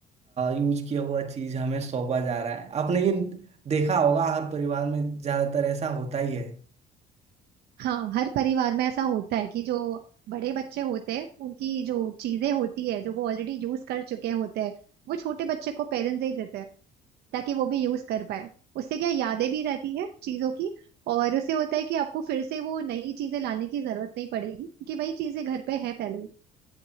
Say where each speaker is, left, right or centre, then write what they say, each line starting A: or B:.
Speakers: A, on the right (about 40°); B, on the right (about 70°).
A: यूज किया हुआ चीज हमें सौंपा जा रहा है आपने ये देखा होगा हर परिवार में ज्यादातर ऐसा होता ही है
B: हाँ हर परिवार में ऐसा होता है कि जो बड़े बच्चे होते हैं उनकी जो चीजें होती है जो वो ऑलरेडी यूज कर चुके होते हैं वो छोटे बच्चे को पेरेंट्स दे देते हैं ताकि वो भी यूज कर पाए उससे क्या यादें भी रहती है चीजों की और उससे होता है कि आपको फिर से वो नई चीजें लाने की जरूरत नहीं पड़ेगी क्योंकि वही चीजें घर पे है पहले ही